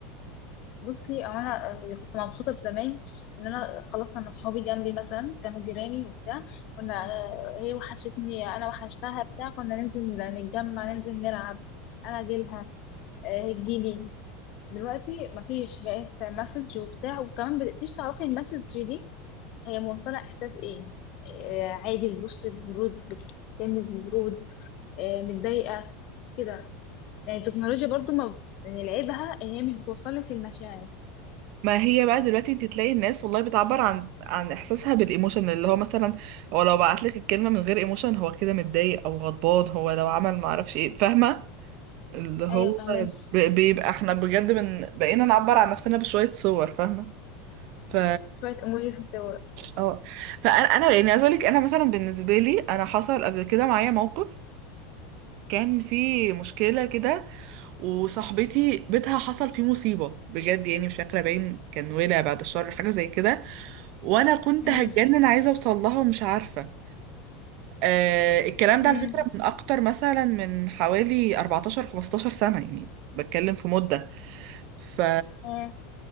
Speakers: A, on the left; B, on the right.
A: بصي هو انا اللي كنت مبسوطه بزمان ان انا خلاص انا اصحابي جنبي مثلا كانوا جيراني وبتاع كنا آه، هي وحشتني انا وحشتها بتاع كنا ننزل نتجمع ننزل نلعب انا اجيلها آه، هي تجيلي دلوقتي مفيش بقيت مسج وبتاع وكمان مبقتيش تعرفي المسج دي هي موصله احساس ايه آه، عادي بتبص ببرود بتتكلمي ببرود آه، متضايقه كده يعني التكنولوجيا برضو ما يعني لعيبها ان هي مش بتوصلك للمشاعر
B: ما هي بقى دلوقتي انت تلاقي الناس والله بتعبر عن عن احساسها بالايموشن اللي هو مثلا هو لو بعت لك الكلمه من غير ايموشن هو كده متضايق او غضبان هو لو عمل ما اعرفش ايه فاهمه اللي هو
A: ايوه فاهمك
B: ب- بيبقى احنا بجد من بقينا نعبر عن نفسنا بشويه صور فاهمه ف
A: شويه اموجي وشوف صور
B: اه فانا انا يعني عايزه اقول لك انا مثلا بالنسبه لي انا حصل قبل كده معايا موقف كان في مشكلة كده وصاحبتي بيتها حصل فيه مصيبة بجد يعني مش فاكرة باين كان ولع بعد الشر حاجة زي كده وانا كنت
A: مم.
B: هتجنن عايزة اوصل لها ومش عارفة آه الكلام
A: مم.
B: ده على فكرة من اكتر مثلا من حوالي 14 15 سنة يعني بتكلم في مدة ف
A: مم.